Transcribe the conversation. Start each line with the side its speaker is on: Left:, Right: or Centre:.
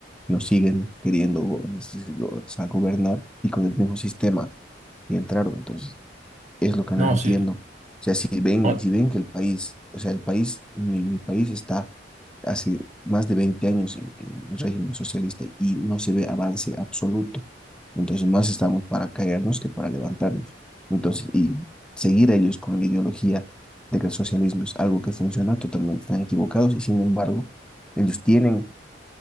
Centre: nos siguen queriendo es decir, go- o sea, gobernar y con el mismo sistema que entraron. Entonces, es lo que no
Right: No,
Centre: entiendo.
Right: sí.
Centre: O sea, si ven,
Right: no,
Centre: si ven que el país, o sea, el país, mi, mi país está hace más de 20 años en, en el régimen socialista y no se ve avance absoluto. Entonces, más estamos para caernos que para levantarnos. Entonces, y seguir a ellos con la ideología de que el socialismo es algo que funciona, totalmente están equivocados y sin embargo, ellos tienen